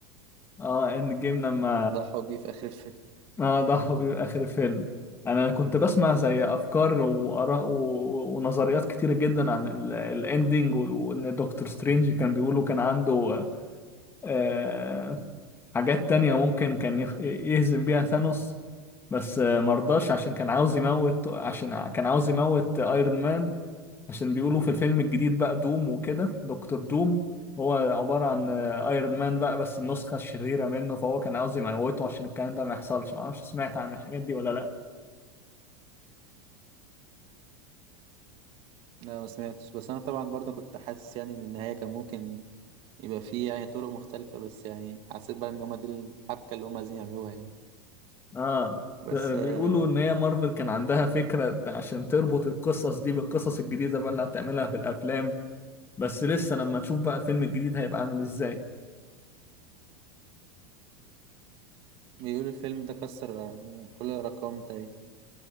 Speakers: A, on the left (about 20°); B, on the right (about 45°).
A: اه اند جيم لما
B: ضحوا بيه في آخر الفيلم
A: اه ده هو بيبقى اخر فيلم انا كنت بسمع زي افكار واراء و- ونظريات كتيره جدا عن الاندينج وان دكتور سترينج كان بيقولوا كان عنده آه، حاجات تانية ممكن كان يخ- يهزم بيها ثانوس بس آه، مرضاش عشان كان عاوز يموت عشان ع- كان عاوز يموت ايرون مان عشان بيقولوا في الفيلم الجديد بقى دوم وكده دكتور دوم هو عبارة عن آه، ايرون مان بقى بس النسخة الشريرة منه فهو كان عاوز يموته عشان الكلام ده ما يحصلش معرفش سمعت عن الحاجات دي ولا لأ
B: لا ما سمعتش بس أنا طبعا برضو كنت حاسس يعني إن النهاية كان ممكن يبقى فيه يعني طرق مختلفة بس يعني حسيت بقى إن هما دي الحبكة اللي هما عايزين يعملوها يعني
A: اه
B: بس
A: بيقولوا
B: آه
A: ان هي مارفل كان عندها فكرة عشان تربط القصص دي بالقصص الجديدة بقى اللي هتعملها في الافلام بس لسه لما نشوف بقى الفيلم الجديد هيبقى عامل ازاي
B: بيقول الفيلم ده كسر كل الأرقام تقريبا